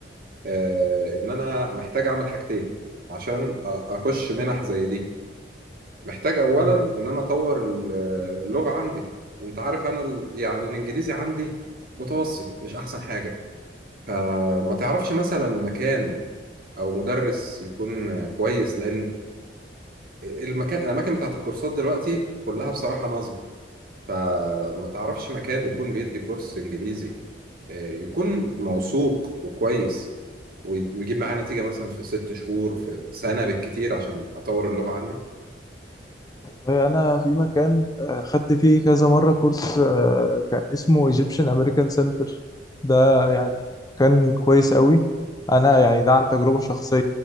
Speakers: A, on the right; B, on the left.
A: آه، ان انا محتاج اعمل حاجتين عشان أ- اخش منح زي دي محتاج اولا
B: مم.
A: ان انا اطور ال- اللغه عندي انت عارف انا ال- يعني الانجليزي عندي متوسط مش احسن حاجه فما تعرفش مثلا مكان او مدرس يكون كويس لان المكان الاماكن بتاعت الكورسات دلوقتي كلها بصراحه نصب فما تعرفش مكان يكون بيدي كورس انجليزي آه، يكون موثوق وكويس ويجيب معايا نتيجة مثلا في ست شهور في سنة بالكتير عشان أطور اللغة عندي
B: والله أنا في مكان آه، خدت فيه كذا مرة كورس آه، كان اسمه Egyptian American Center ده يعني مكان كويس قوي أنا يعني ده عن تجربة شخصية